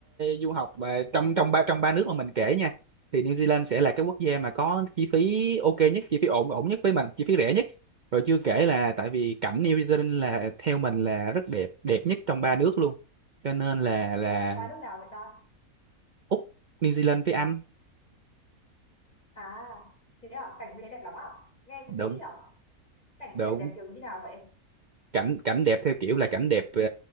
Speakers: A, on the right; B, on the left.
A: du học mà trong trong ba trong ba nước mà mình kể nha thì New Zealand sẽ là cái quốc gia mà có chi phí ok nhất chi phí ổn ổn nhất với mình chi phí rẻ nhất rồi chưa kể là tại vì cảnh New Zealand là theo mình là rất đẹp đẹp nhất trong ba nước luôn cho nên là là
B: Ờ, và nước nào vậy ta?
A: Úc New Zealand với Anh
B: À, thế à, cảnh bên đấy đẹp lắm à? Nghe cũng
A: đúng
B: thích đấy nhở? Cảnh
A: đúng
B: cảnh đẹp kiểu như nào vậy?
A: cảnh cảnh đẹp theo kiểu là cảnh đẹp ờ,